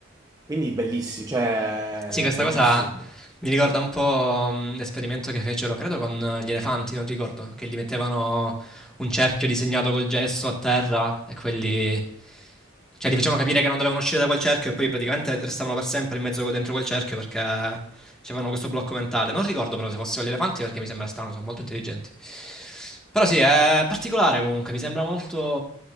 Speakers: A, on the right; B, in the centre.
A: Quindi bellissimo, cioè
B: Sì, questa
A: bellissimo.
B: cosa mi ricorda un po' mm, l'esperimento che fecero, credo, con gli elefanti, non ricordo, che gli mettevano un cerchio disegnato col gesso a terra e quelli... Cioè, gli facevano capire che non dovevano uscire da quel cerchio e poi praticamente restavano per sempre in mezzo dentro quel cerchio perché avevano questo blocco mentale. Non ricordo però se fossero gli elefanti perché mi sembra strano, sono molto intelligenti. Però sì, è particolare comunque, mi sembra molto,